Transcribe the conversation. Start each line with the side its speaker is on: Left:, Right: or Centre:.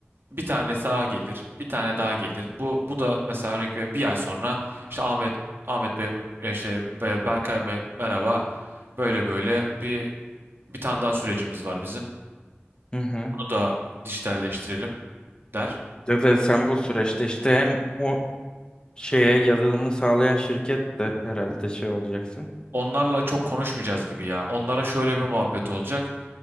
Right: bir tane daha gelir, bir tane daha gelir. Bu bu da mesela örnek veriyorum bir ay sonra işte Ahmet Ahmet Bey e, işte Be- Berkay Bey merhaba. Böyle böyle bir bir tane daha sürecimiz var bizim.
Left: hı hı.
Right: Bunu da dijitalleştirelim der.
Left: Ya da sen bu süreçte işte hem o şeye yazılımı sağlayan şirket de herhalde şey olacaksın.
Right: Onlarla çok konuşmayacağız gibi ya. Onlara şöyle bir muhabbet olacak.